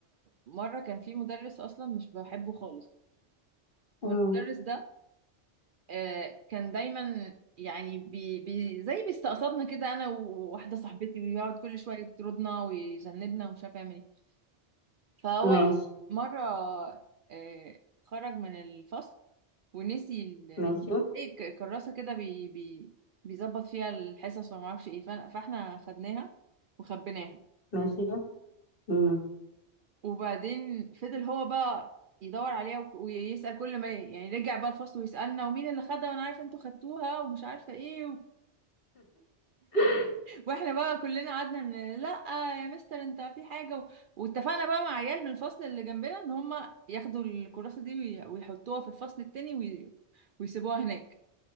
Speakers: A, on the right; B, on the left.
A: مره كان في مدرس اصلا مش بحبه خالص
B: مم.
A: والمدرس ده آه، كان دايما يعني بي بي زي بيستقصدنا كده انا وواحده صاحبتي ويقعد كل شويه يطردنا ويذنبنا ومش عارف يعمل ايه فهو
B: ماشي
A: مره آه، خرج من الفصل ونسي ال-
B: ماشي
A: زي ك- كراسه كده بي بي بيظبط فيها الحصص وما اعرفش ايه فأنا- فاحنا خدناها وخبيناها
B: ماشي مم.
A: وبعدين فضل هو بقى يدور عليها وك- ويسأل كل ما يعني رجع بقى الفصل ويسألنا ومين اللي خدها وانا عارفه انتوا خدتوها ومش عارفه ايه و...
B: <laughs>
A: واحنا بقى كلنا قعدنا ان لا يا مستر انت في حاجه و... واتفقنا بقى مع عيال من الفصل اللي جنبنا ان هم ياخدوا الكراسه دي وي... ويحطوها في الفصل التاني وي... ويسيبوها هناك